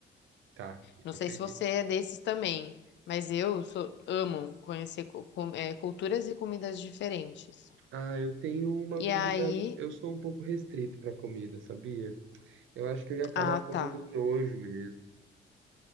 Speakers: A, on the right; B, on the left.
A: Tá, eu
B: Não sei
A: acredito.
B: se você é desses também, mas eu sou- amo conhecer cu- cu- é, culturas e comidas diferentes.
A: Ah, eu tenho uma
B: E
A: comida.
B: aí,
A: Eu sou um pouco restrito para comida, sabia? Eu acho que eu ia acabar
B: ah,
A: comendo
B: tá.
A: miojo mesmo.